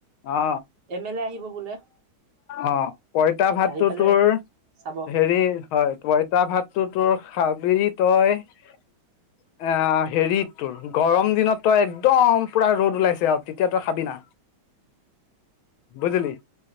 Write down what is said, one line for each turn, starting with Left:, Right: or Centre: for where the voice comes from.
Left: অ
Right: এম এল এ আহিব বোলে
Left: অ পইতা ভাতটো
Right: আহি পেলাই
Left: তোৰ
Right: চাব
Left: হেৰি হয় পইতা ভাত টো তোৰ খাবি তই আ হেৰিত তোৰ গৰম দিনত তই একদম পুৰা ৰ'দ ওলাইছে আৰু তেতিয়া তই খাবি না। বুজিলি?